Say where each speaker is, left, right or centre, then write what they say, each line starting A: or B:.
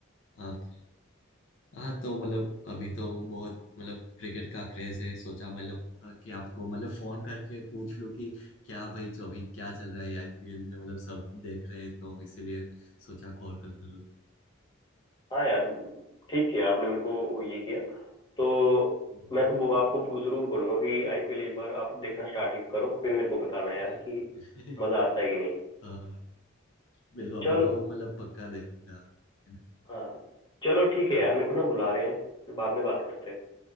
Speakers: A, on the left; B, on the left.
A: हाँ ओके हाँ तो मतलब अभी तो बहुत मतलब क्रिकेट का क्रेज है सोचा मतलब अ, कि आपको मतलब फोन करके पूछ लूं कि क्या भाई जो अभी क्या चल रहा है आईपीएल में मतलब सब देख रहे हैं तो इसीलिए सोचा कॉल कर लूं
B: हाँ यार ठीक किया आपने मेरे को ये किया तो
A: अ,
B: मैं तो वो आपको जरूर बोलूंगा कि आईपीएल एक बार आप देखना स्टार्ट करो फिर मेरे को बताना यार
A: अरे
B: कि
A: बिल्कुल
B: मजा आता है कि नहीं
A: <laughs> हाँ हाँ बिल्कुल अभी
B: चलो
A: तो मतलब पक्का देखूंगा है ना
B: हाँ चलो ठीक है यार मेरे को ना बुला रहे हैं फिर बाद में बात करते हैं